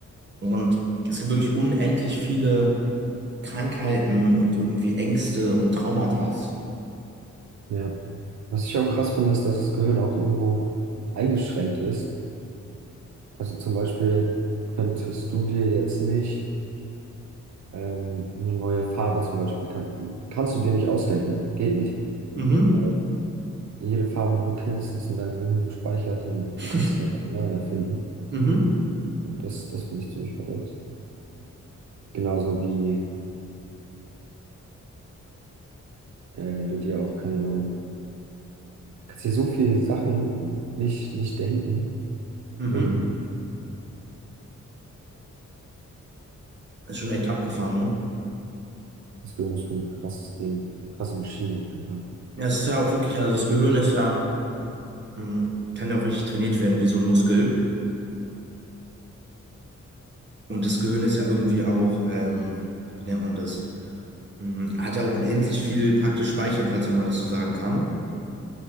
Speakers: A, on the right; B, on the right.
A: Und es gibt wirklich unendlich viele Krankheiten und irgendwie Ängste und Traumatas.
B: ja. Was ich auch krass finde, ist, dass das Gehirn auch irgendwo eingeschränkt ist. Also zum Beispiel könntest du dir jetzt nicht ähm, eine neue Farbe zum Beispiel, kann, kannst du dir nicht ausdenken. Geht nicht.
A: Mhm.
B: Weil jede Farbe, die du kennst, ist in deinem Gehirn gespeichert und
A: <laughs>
B: du kannst dich einfach neu erfinden.
A: Mhm.
B: Und das, das finde ich ziemlich verrückt. Genauso wie äh, du dir auch keine neuen kannst dir so viele Sachen nicht, nicht denken.
A: Mhm.
B: Ähm,
A: Ist schon echt abgefahren, ne?
B: das Gehirn ist schon ein krasses Ding. Krasse Maschine auf jeden Fall.
A: Ja, es ist ja auch wirklich, also das Gehirn ist ja, mhm, kann ja auch richtig trainiert werden, wie so ein Muskel. Und das Gehirn ist ja irgendwie auch, ähm, wie nennt man das? Mhm, hat ja auch unendlich viel praktisch Speicherplatz, wenn man das so sagen kann.